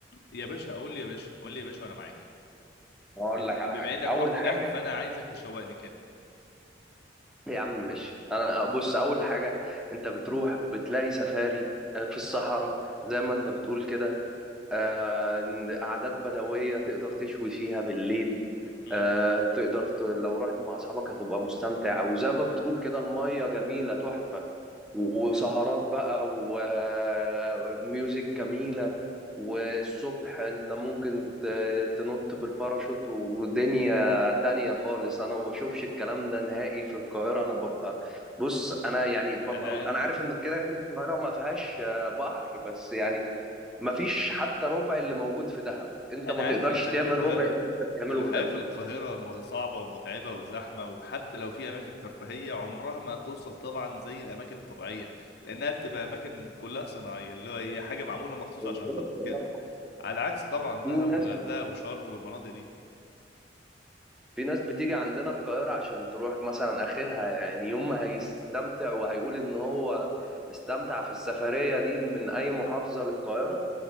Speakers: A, on the left (about 60°); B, in the centre.
A: يا باشا قول لي يا باشا قول لي يا باشا وانا معاك
B: اقول
A: إن-
B: لك
A: بما
B: على حاجه
A: انك
B: اول
A: رحت
B: حاجه
A: دهب فانا عايزك تشوقني كده
B: يا عم ماشي انا بص اول حاجه انت بتروح بتلاقي سفاري آه، في الصحراء زي ما انت بتقول كده آه، قعدات بدويه تقدر تشوي فيها بالليل
A: مم.
B: آه، تقدر ت... لو رحت مع اصحابك هتبقى مستمتع وزي ما بتقول كده الميه جميله تحفه وسهرات بقى و- وميوزك جميلة والصبح انت ممكن ت- تنط بالباراشوت ودنيا تانية خالص انا ما بشوفش الكلام ده نهائي في القاهرة انا ببقى بص انا يعني ببقى
A: انا عارف
B: انا عارف
A: <laughs>
B: ان كده كده القاهرة ما فيهاش آه، بحر بس يعني ما فيش حتى ربع اللي موجود في دهب انت ما
A: انا
B: تقدرش
A: عارف الحياه
B: تعمل
A: في القاهره
B: ربع اللي انت بتعمله
A: الحياه
B: في دهب
A: في القاهره م- صعبه ومتعبه وزحمه وحتى لو في اماكن ترفيهيه عمرها ما توصل طبعا زي الاماكن الطبيعيه لانها بتبقى اماكن كلها صناعيه اللي هو هي حاجه معموله مخصوص
B: بالظبط
A: عشان خاطر كده
B: آه.
A: على عكس طبعا
B: في
A: دهب
B: ناس
A: والغردقه وشرم والمناطق دي
B: في ناس بتيجي عندنا القاهرة عشان تروح مثلا آخرها يعني يوم ما هيستمتع وهيقول إن هو استمتع في السفرية دي من أي محافظة للقاهرة